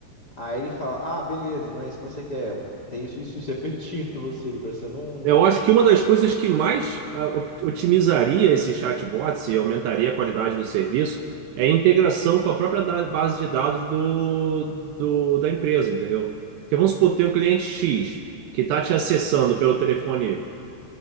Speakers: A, on the left (about 50°); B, on the right (about 75°).
A: Aí ele fala, ah, beleza, não é isso que você quer. Tem isso, isso, isso, repetindo para você, ele parecendo um.
B: Eu acho que uma das coisas que mais ah, op- otimizaria esses chatbots e aumentaria a qualidade do serviço é a integração com a própria da- base de dados do, do- da empresa, entendeu? Porque vamos supor, tem um cliente X que está te acessando pelo telefone